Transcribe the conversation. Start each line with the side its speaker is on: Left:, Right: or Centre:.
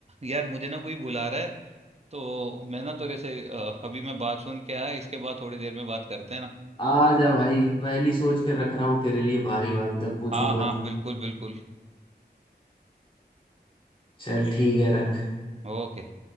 Right: यार मुझे ना कोई बुला रहा है तो मैं ना तेरे से अ, अभी मैं बात सुन के आया इसके बाद थोड़ी देर में बात करते हैं ना
Left: आ जा भाई पहली सोच के रख रहा हूँ तेरे लिए भारी भारी तब पूछूंगा
Right: हाँ हाँ बिल्कुल बिल्कुल
Left: चल ठीक है रख
Right: ओके